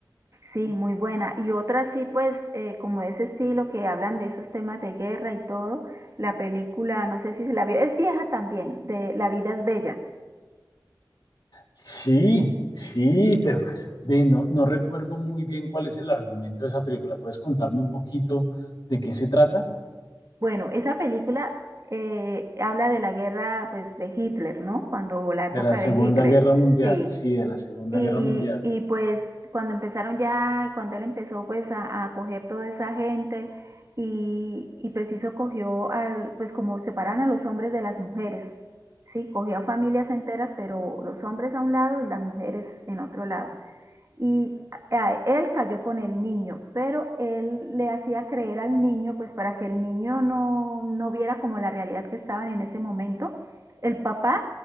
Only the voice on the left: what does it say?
Sí, sí, pero ve, no, no recuerdo muy bien cuál es el argumento de esa película. ¿Puedes contarme un poquito de qué se trata?
De la Segunda
Guerra Mundial,
sí, de la Segunda
Guerra Mundial.